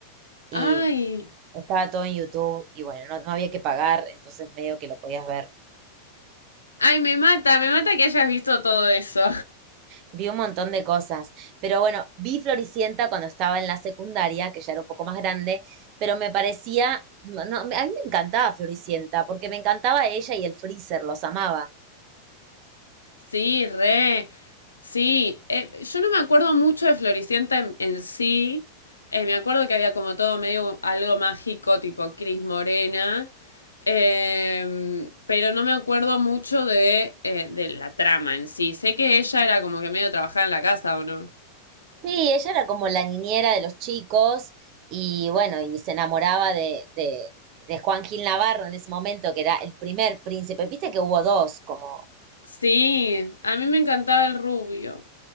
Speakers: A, on the right; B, on the left.
A: y
B: Ay,
A: estaba todo en YouTube y bueno, no, no había que pagar, entonces medio que lo podías ver.
B: ay, me mata, me mata que hayas visto todo eso.
A: Vi un montón de cosas, pero bueno, vi Floricienta cuando estaba en la secundaria, que ya era un poco más grande, pero me parecía, no, no, a mí me encantaba Floricienta, porque me encantaba ella y el Freezer, los amaba.
B: Sí, re. Sí, eh, yo no me acuerdo mucho de Floricienta en, en sí. Eh, me acuerdo que había como todo medio algo mágico, tipo Cris Morena. Eh, pero no me acuerdo mucho de, eh, de la trama en sí. Sé que ella era como que medio trabajaba en la casa, ¿o no?
A: Sí, ella era como la niñera de los chicos y bueno, y se enamoraba de, de, de Juan Gil Navarro en ese momento, que era el primer príncipe. Viste que hubo dos, como
B: Sí, a mí me encantaba el rubio.